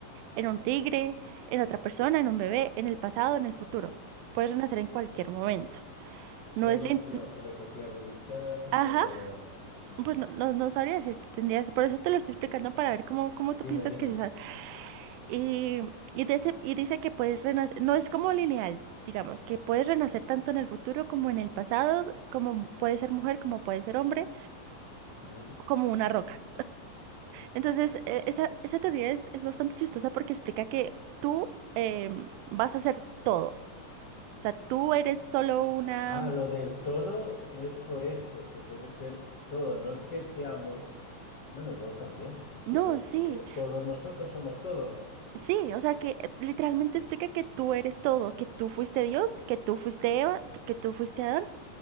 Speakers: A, on the right; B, on the left.
A: en un tigre, en otra persona, en un bebé, en el pasado, en el futuro. Puedes renacer en cualquier momento.
B: Solo
A: No es lineal.
B: la filosofía budista también
A: Ajá,
B: lo... Ujú.
A: pues no, no, no sabría decirte, tendrías, por eso te lo estoy explicando para ver cómo, cómo tú piensas
B: Dime, dime.
A: que es esa. Y, y, dice, y dice que puedes renacer, no es como lineal, digamos, que puedes renacer tanto en el futuro como en el pasado, como puedes ser mujer, como puedes ser hombre
B: Mm.
A: como una roca. Entonces, eh, esa, esa teoría es, es bastante chistosa porque explica que tú em, vas a hacer todo. O sea, tú eres solo una...
B: Ah,
A: mm,
B: lo del todo es por esto, que puede ser todo. No es que seamos, bueno, igual también.
A: No,
B: Igual
A: sí,
B: es que todos nosotros somos todo.
A: sí, o sea que eh, literalmente explica que tú eres todo, que tú fuiste Dios, que tú fuiste Eva, que tú fuiste Adán,